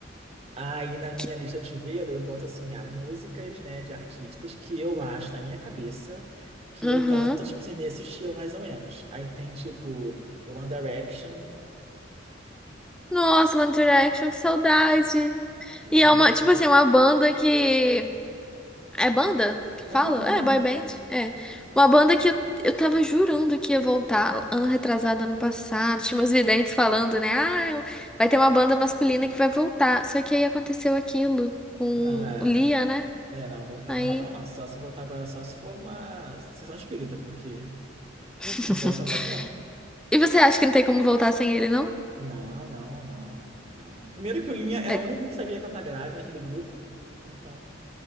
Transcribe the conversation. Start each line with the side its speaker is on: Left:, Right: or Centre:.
Right: Aí na minha
Centre: Que...
Right: lista de chuveiro eu boto assim, ah, músicas, né, de artistas que eu acho na minha cabeça que
Centre: Uhum.
Right: eu canto, tipo assim, nesse estilo mais ou menos. Aí tem tipo One Direction,
Centre: Nossa, One Direction, que saudade.
Right: One
Centre: E é
Right: Direction.
Centre: uma, tipo assim, uma banda que. É banda que fala?
Right: É banda,
Centre: É, boy
Right: é.
Centre: band. É. Uma banda que eu, eu tava jurando que ia voltar ano retrasado, ano passado. Tinha meus videntes falando, né? Ah, eu- vai ter uma banda masculina que vai voltar. Só que aí aconteceu aquilo com
Right: Não, é.
Centre: o Lia, né?
Right: É, não, voltar
Centre: Aí.
Right: não volta mais não. Só se voltar agora, só se for numa sessão espírita, porque
Centre: <laughs>
Right: não volta mais não.
Centre: E você acha que não tem como voltar sem ele, não?
Right: Não, não, não, não. Primeiro que o Linha era
Centre: É,
Right: o único que sabia cantar grave naquele grupo, então